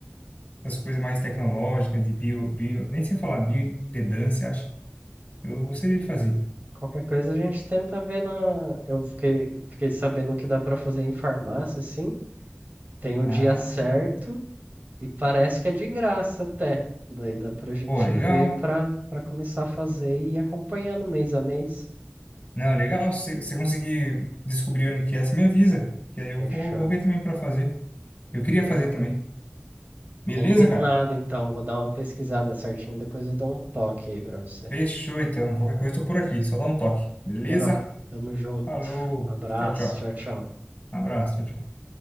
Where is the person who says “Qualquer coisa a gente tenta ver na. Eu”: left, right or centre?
Right